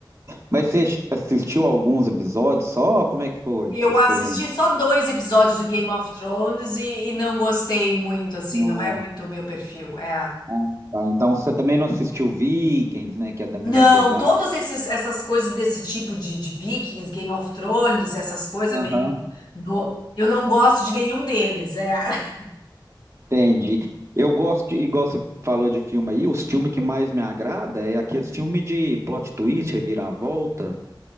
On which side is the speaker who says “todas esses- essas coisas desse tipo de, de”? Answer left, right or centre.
Left